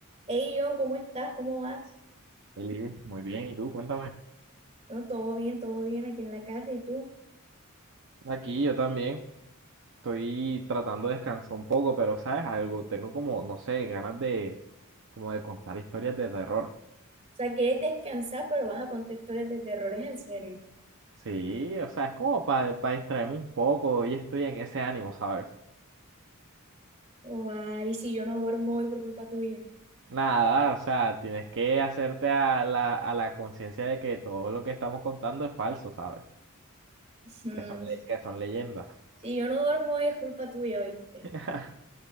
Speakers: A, on the right; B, on the right.
A: Hey John, ¿cómo estás? ¿Cómo vas?
B: Eli, muy bien, ¿y tú? Cuéntame.
A: No, todo bien, todo bien aquí en la casa. ¿Y tú?
B: Aquí yo también estoy tratando de descansar un poco, pero ¿sabes algo? Tengo como, no sé, ganas de como de contar historias de terror.
A: O sea, quieres descansar, pero vas a contar historias de terrores en serio.
B: Sí, o sea, es como para distraerme un poco y estoy en ese ánimo, ¿sabes?
A: Oh, ay, si yo no duermo hoy por culpa tuya.
B: Nada, o sea, tienes que hacerte a la, a la conciencia de que todo lo que estamos contando es falso, ¿sabes?
A: Mm,
B: Que son, le- que son leyendas.
A: Si yo no duermo hoy es culpa tuya, ¿oíste?
B: <laughs>